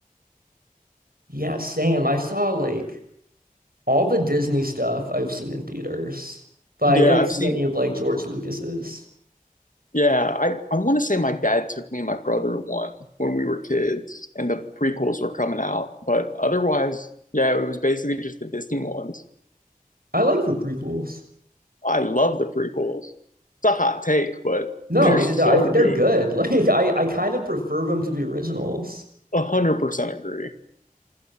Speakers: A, on the right; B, on the left.
A: Yeah, same. I saw like all the Disney stuff I've seen in theaters, but
B: Yeah,
A: I didn't
B: I've
A: see
B: seen.
A: any of like George Lucas's.
B: Yeah, I I want to say my dad took me and my brother to one when we were kids, and the prequels were coming out. But otherwise, yeah, it was basically just the Disney ones.
A: I like the prequels.
B: I love the prequels. It's a hot take, but <laughs>
A: No,
B: they're
A: yeah,
B: so
A: no, I think
B: good.
A: they're good. <laughs> Like I, I kind of prefer them to the originals.
B: A hundred percent agree.